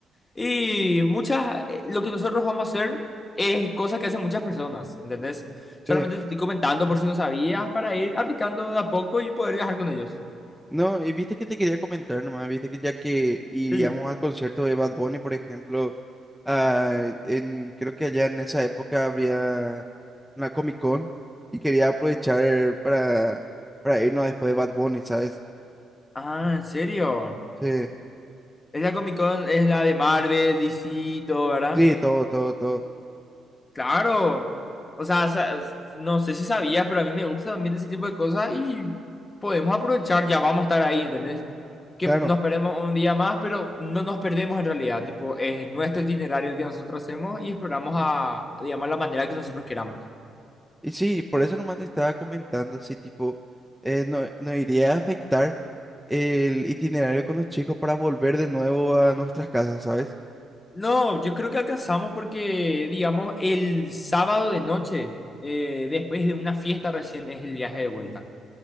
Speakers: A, on the left; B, in the centre.
A: Y muchas, eh, lo que nosotros vamos a hacer es cosas que hacen muchas personas, ¿entendés? Solamente
B: sí.
A: te estoy comentando por si no sabías para ir aplicando de a poco y poder viajar con ellos.
B: No, y viste que te quería comentar nomás, viste que ya que iríamos
A: Sí.
B: al concierto de Bad Bunny, por ejemplo, ah, en, creo que allá en esa época habría una Comic Con y quería aprovechar para, para irnos después de Bad Bunny, ¿sabes?
A: Ah, ¿en serio?
B: Sí,
A: Es la Comic Con, es la de Marvel, DC, y todo, ¿verdad?
B: sí, todo, todo, todo,
A: Claro. O sea, sa- no sé si sabías, pero a mí me gusta también ese tipo de cosas y podemos aprovechar, ya vamos a estar ahí, ¿entendés? que
B: claro.
A: nos perdemos un día más, pero no nos perdemos en realidad, tipo, es nuestro itinerario el que nosotros hacemos y exploramos a, digamos, la manera que nosotros queramos.
B: Y sí, por eso nomás te estaba comentando, así tipo, eh, no, no iría a afectar el itinerario con los chicos para volver de nuevo a nuestras casas, ¿sabes?
A: No, yo creo que alcanzamos porque, digamos, el sábado de noche, eh, después de una fiesta recién, es el viaje de vuelta.